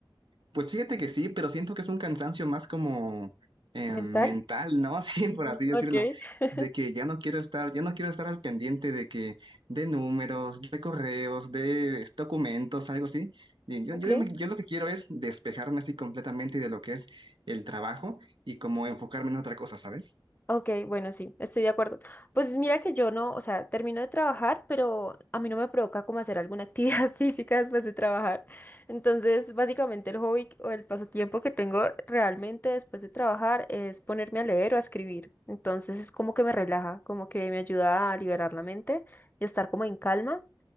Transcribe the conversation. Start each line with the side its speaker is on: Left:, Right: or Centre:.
Right: Pues fíjate que sí, pero siento que es un cansancio más como eh,
Left: ¿Mental?
Right: mental, ¿no? <laughs> Así,
Left: Mm,
Right: por así decirlo,
Left: Ok. <laughs>
Right: de que ya no quiero estar, ya no quiero estar al pendiente de que, de números, de correos, de documentos, algo así. Y yo,
Left: Ok.
Right: yo, yo lo que quiero es despejarme así completamente de lo que es el trabajo y como enfocarme en otra cosa, ¿sabes?
Left: Ok, bueno, sí, estoy de acuerdo. Pues mira que yo no, o sea, termino de trabajar, pero a mí no me provoca como hacer alguna actividad <laughs> física después de trabajar. Entonces, básicamente el hobby o el pasatiempo que tengo realmente después de trabajar es ponerme a leer o a escribir. Entonces es como que me relaja, como que me ayuda a liberar la mente y a estar como en calma.